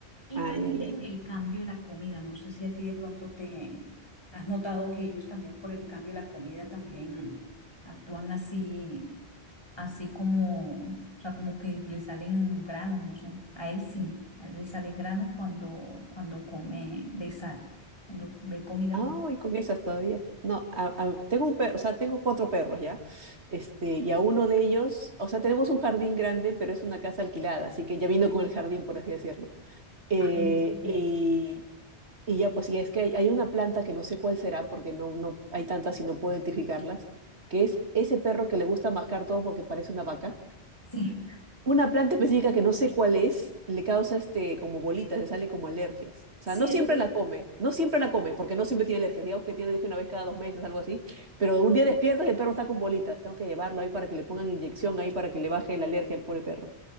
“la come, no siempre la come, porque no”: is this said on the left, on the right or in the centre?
Right